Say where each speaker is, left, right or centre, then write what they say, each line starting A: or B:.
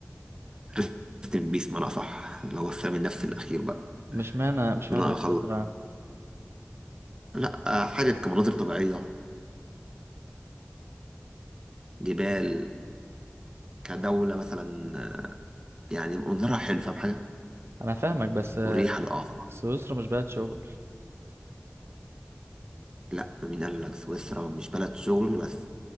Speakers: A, on the right; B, on the right.
A: الريست ان بيس معنى صح اللي هو السلام النفسي الاخير بقى
B: مش معنى مش
A: ان
B: معنى
A: انا
B: الفكره
A: اخلص لا آه حابب كمناظر طبيعيه كجبال كدوله مثلا يعني منظرها حلو فاهم حاجه
B: انا فاهمك بس
A: مريحة للأعصاب
B: سويسرا مش بلد شغل
A: لا مين قال لك سويسرا مش بلد شغل بس